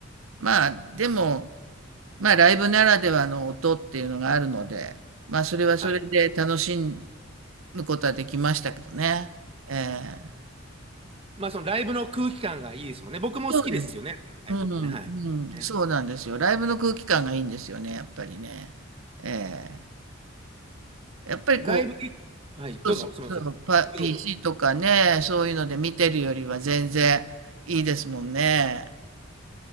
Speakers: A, on the right; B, on the right.
A: まあ、でも、まあ、ライブならではの音っていうのがあるので、まあ、それはそれで楽し
B: あ。はい。
A: むことはできましたけどね。ええ
B: まあそのライブの空気感がいいですもんね。僕も好きですよね。
A: そうです。
B: ライブってね。
A: うん、
B: はい。
A: うん、
B: ね
A: そうなんですよ。ライブの空気感がいいんですよね、やっぱりね。ええやっぱりこう、
B: ライブにはい。
A: そうそうそう、
B: どうぞ。すみません。どうぞどうぞ
A: パ、PC とかね、そういうので見てるよりは全然いいですもんね。